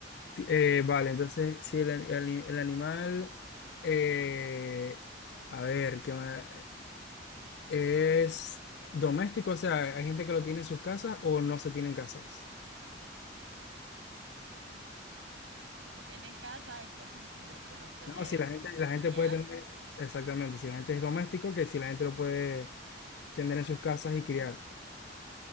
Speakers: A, on the left; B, on the right.
A: Ti- eh, vale, entonces si el, el- el animal, eh, a ver, ¿qué más? ¿Es doméstico? O sea, ¿hay gente que lo tiene en sus casas o no se tiene en casas?
B: ¿Que se tiene en casa? ¿En qué sentido? ¿Que lo puedes
A: No, si la gente, la
B: criar?
A: gente puede tener, exactamente, si la gente es doméstico, que si la gente lo puede tener en sus casas y criar,